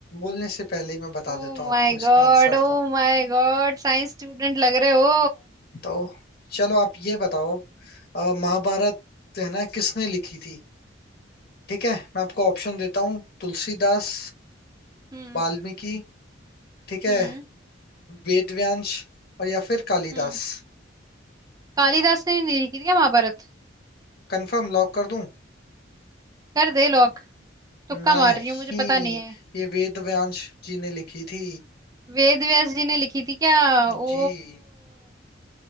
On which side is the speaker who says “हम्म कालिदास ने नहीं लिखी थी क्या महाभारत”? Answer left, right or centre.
Right